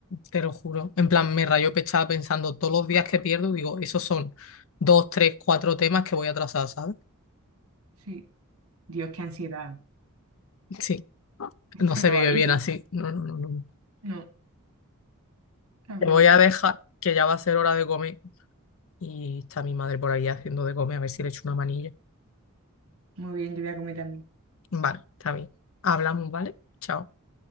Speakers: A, on the left; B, on the right.
A: Te lo juro. En plan, me rayó pechada pensando todos los días que pierdo, digo, esos son dos, tres, cuatro temas que voy a trazar, ¿sabes?
B: Sí. Dios, qué ansiedad.
A: Sí,
B: <laughs>
A: no
B: Esto
A: se
B: no
A: vive
B: va bien.
A: bien así. No, no, no, no.
B: No, agobio.
A: Te voy a dejar, que ya va a ser hora de comer. Y está mi madre por ahí haciendo de comer, a ver si le echo una manilla.
B: Muy bien, yo voy a comer también.
A: Vale, está bien. Hablamos, ¿vale? Chao.